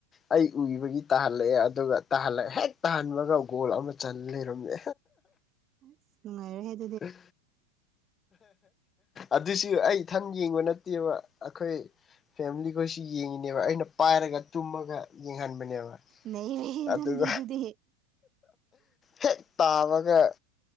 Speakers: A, on the left; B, on the right.
A: ꯑꯩ ꯎꯏꯕꯒꯤ ꯇꯥꯍꯜꯂꯛꯑꯦ ꯑꯗꯨꯒ ꯇꯍꯜꯂꯦ ꯍꯦꯛ ꯇꯥꯍꯟꯕꯒ ꯒꯣꯜ ꯑꯃ ꯆꯜ ꯂꯩꯔꯝꯃꯦ
B: ꯎꯔ <unintelligible>
A: ꯑꯥ ꯑꯗꯨꯁꯨ ꯑꯩ ꯏꯊꯟ ꯌꯦꯡꯕ ꯅꯠꯇꯦꯕ ꯑꯩꯈꯣꯏ ꯐꯦꯃꯤꯂꯤꯒꫭꯏꯁꯨ ꯌꯦꯡꯉꯤꯅꯦꯕ ꯑꯩꯅ ꯄꯥꯏꯔꯒ ꯇꯨꯝꯃꯒ ꯌꯦꯡꯍꯟꯕꯅꯦꯕ
B: ꯅꯩꯔꯦꯍꯦ ꯑꯗꯩꯝꯗꯤ
A: ꯑꯗꯨꯒ
B: ꯗꯨꯗꯤ
A: ꯍꯦꯛ ꯇꯥꯕꯒ